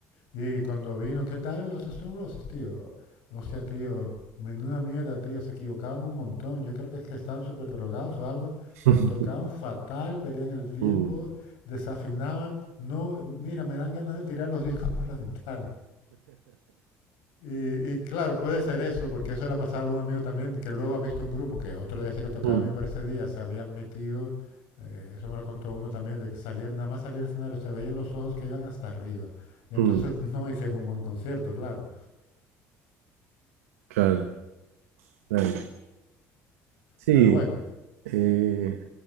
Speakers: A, on the left; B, on the right.
A: Y cuando vino, ¿qué tal los Stone Roses, tío? O sea, tío, menuda mierda, tío, se equivocaban un montón. Yo creo que es que estaban súper drogados o algo, pero
B: <laughs>
A: tocaban fatal, perdían el tiempo,
B: mm,
A: desafinaban. No, mira, me dan ganas de tirar los discos por la ventana. Y, y claro, puede ser eso, porque eso le ha pasado a algún amigo también, que luego ha visto un grupo que otro día se que tocaba
B: mm,
A: a mí, pero ese día se habían metido, eh, eso me lo contó uno también, de que salir, nada más salir al escenario, se veían los ojos que iban hasta arriba. Y entonces
B: mm,
A: <laughs> no hicieron un buen concierto, claro.
B: claro, claro. Sí,
A: Pero bueno,
B: eh,